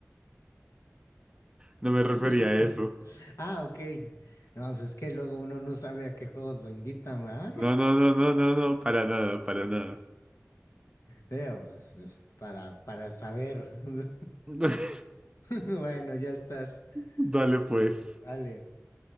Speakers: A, on the right; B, on the left.
A: No me refería
B: <laughs>
A: a eso.
B: Ah, ok. No, pues es que luego uno no sabe a qué juegos lo invitan, ¿verdad?
A: No, no, no, no, no, no. Para nada, para nada.
B: Sí, pues, para, para saber. <laughs>
A: <laughs>
B: Bueno, ya estás.
A: Dale pues.
B: Uh, vale